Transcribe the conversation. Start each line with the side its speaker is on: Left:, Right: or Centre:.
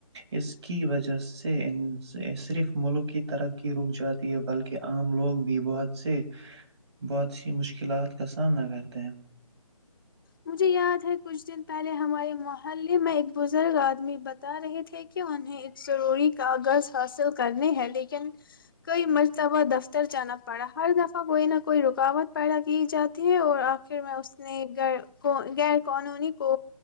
Right: اس کی وجہ سے صرف ملک کی ترقی رک جاتی ہے بلکہ عام لوگ بھی بہت سے بہت سی مشکلات کا سامنا کرتے ہیں
Left: مجھے یاد ہے کچھ دن پہلے ہمارے محلے میں ایک بزرگ آدمی بتا رہے تھے کہ انہیں ایک ضروری کاغذ حاصل کرنے ہے لیکن کئی مرتبہ دفتر جانا پڑا ہر دفعہ کوئی نہ کوئی رکاوٹ پیدا کی جاتی ہے اور آخر میں اس نے گ کو غیر قانونی کو